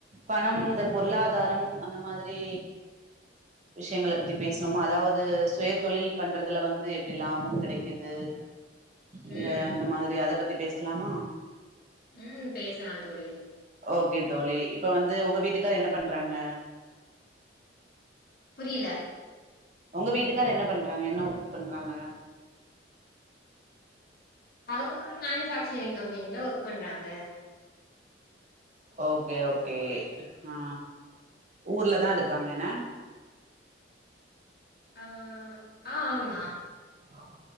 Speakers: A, on the right; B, on the left.
A: பணம் இந்த பொருளாதாரம் அந்த மாதிரி விஷ்யங்கள பத்தி பேஸ்வோமா அதாவது சுய தொழில் பண்றதுல வந்து எப்டி லாபம் கிடைக்குது இல்ல
B: ம்
A: அந்த மாதிரி அத பத்தி பேஸ்லாமா
B: ம் பேசலா தோழி
A: ஓகே தோழி இப்ப வந்து ஒங்க வீட்டுக்கார் என்ன பண்றாங்க
B: புரில
A: ஒங்க வீட்டுக்கார் என்ன பண்றாங்க என்ன ஒர்க் பண்றாங்க
B: அவங்க ஒரு மேனுஃபேக்சரிங் கம்பெனில ஒர்க் பண்றாங்க
A: ஓகே ஓகே ஆ ஊர்லதாருக்காங்க என்ன
B: ஆ ஆ ஆமா
A: ஆ